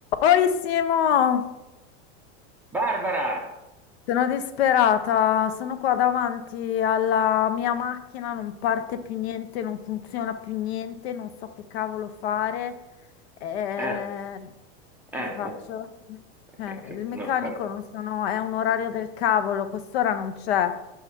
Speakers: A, on the left; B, in the centre.
A: Oi Simo,
B: Barbara!
A: sono disperata, sono qua davanti alla mia macchina, non parte più niente, non funziona più niente, non so che cavolo fare. Eh,
B: Eh, eh,
A: cosa faccio?
B: no,
A: Cioè,
B: eh, che-
A: il meccanico
B: no, eh,
A: non sono, è un orario del cavolo, quest'ora non c'è.